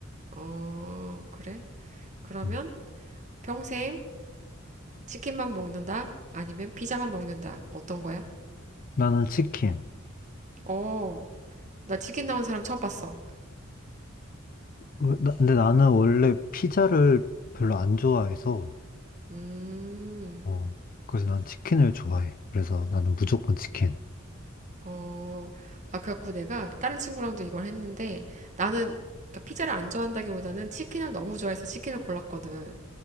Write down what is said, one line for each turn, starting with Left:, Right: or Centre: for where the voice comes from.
Right: 어, 그래? 그러면
Left: 음.
Right: 평생 치킨만 먹는다? 아니면 피자만 먹는다? 어떤 거야?
Left: 나는 치킨.
Right: 어, 나 치킨 나온 사람 처음 봤어.
Left: 왜- 나- 근데 나는 원래 피자를 별로 안 좋아해서,
Right: 음,
Left: 어, 그래서 난 치킨을 좋아해. 그래서 나는 무조건 치킨.
Right: 어, 아, 그래갖고 내가 다른 친구랑도 이걸 했는데 나는 그러니까 피자를 안 좋아한다기보다는 치킨을 너무 좋아해서 치킨을 골랐거든.